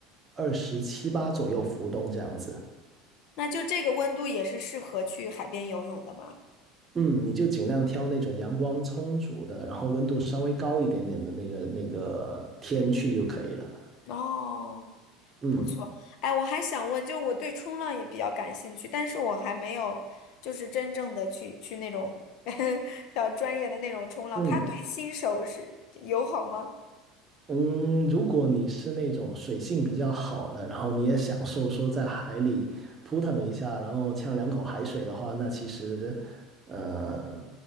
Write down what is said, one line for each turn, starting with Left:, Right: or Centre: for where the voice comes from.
Right: 二十七八左右浮动这样子。
Left: 那就这个温度也是适合去海边游泳的吗？
Right: 嗯，你就尽量挑那种阳光充足的，然后温度稍微高一点点的那个那个天去就可以了。
Left: 哦，
Right: 嗯
Left: 不错。哎，我还想问，就是我对冲浪也比较感兴趣，但是我还没有就是真正的去去那种 <laughs> 比较专业的那种冲浪，
Right: 嗯
Left: 他对新手是友好吗？
Right: 嗯，如果你是那种水性比较好的，然后你也享受说在海里扑腾一下，然后呛两口海水的话，那其实呃